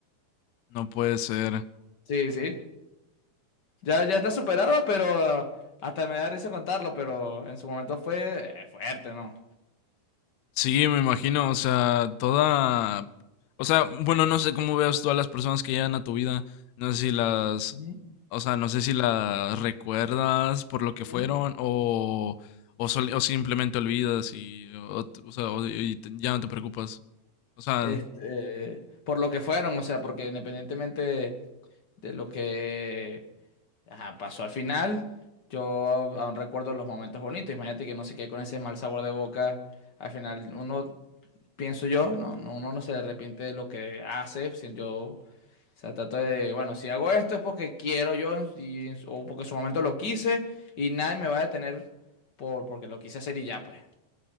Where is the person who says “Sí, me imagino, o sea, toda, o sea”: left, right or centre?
Left